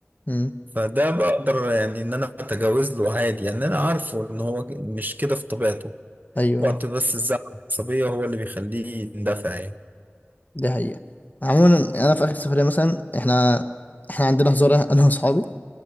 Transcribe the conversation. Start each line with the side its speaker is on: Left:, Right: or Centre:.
Left: مم.
Right: فده بقدر يعني ان انا اتجاوز له عادي يعني انا عارفه ان هو مش كده في طبيعته
Left: ايوه
Right: وقت
Left: ايوه
Right: بس الزعل العصبية هو اللي بيخليه يندفع يعني
Left: دي حقيقه عموما انا في اخر سفريه مثلا احنا احنا عندنا هزار <laughs> انا واصحابي